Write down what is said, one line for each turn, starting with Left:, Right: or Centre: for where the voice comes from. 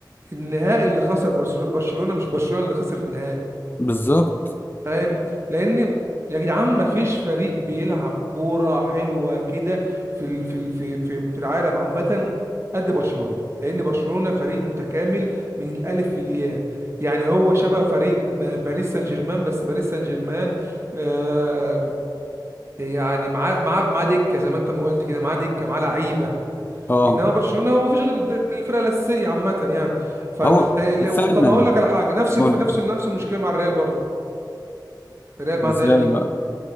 Right: النهائي اللي خسر برشلو- برشلونه مش برشلونه اللي خسر النهائي
Left: بالظبط
Right: فاهم لان يا جدعان ما فيش فريق بيلعب كوره حلوه كده في ال... في ال... في في في العالم عامه قد برشلونه لان برشلونه فريق متكامل من الالف للياء يعني هو شبه فريق م- باريس سان جيرمان بس باريس سان جيرمان آه، يعني معاه معاه معاه دكه زي ما انت ما قلت كده معاه دكه معاه لعيبه
Left: اه
Right: انما برشلونه هو ما فيش غير الد- الفرقه الاساسيه عامه يعني فانت
Left: او
Right: لو-
Left: فعلا
Right: طب ما اقول لك على حاجه نفس الف...
Left: قول
Right: نفس نفس المشكله مع الريال برضه الريال ما عندهاش
Left: ازاي
Right: دكه
Left: بقى